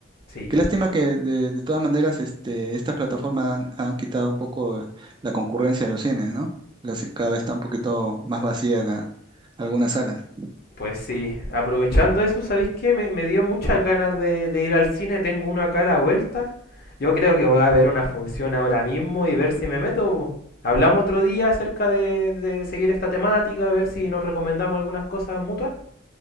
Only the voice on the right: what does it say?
Qué lástima que de, de todas maneras este, estas plataformas han, han quitado un poco la concurrencia a los cines, ¿no? Los- cada vez está un poquito más vacía la, algunas salas.